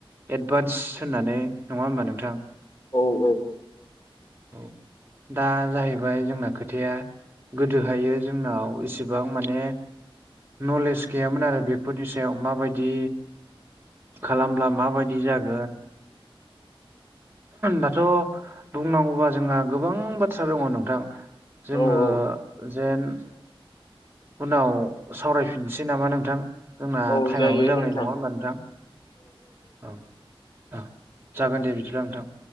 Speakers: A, on the right; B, on the left.
A: एडभान्स होननानै नङा होमबा नोंथां।
B: औ औ।
A: औ दा जाहैबाय जोंना खोथाया गोदोहायो जोंनाव इसेबां माने नलेज गैयामोन आरो बेफोरनि सायाव माबायदि खालामब्ला माबायदि जागोन। दाथ' बुंनांगौ वा जोंहा गोबां बाथ्रा दङ नोंथां जोङो
B: औ औ
A: जेन उनाव सावरायफिनसै नामा नोंथां। जोंना
B: औ
A: टाइमाबो
B: जायो
A: जाबाय
B: नोंथां
A: नङा होमबा नोंथां औ। ओ जागोन दे बिदिब्ला नोंथां।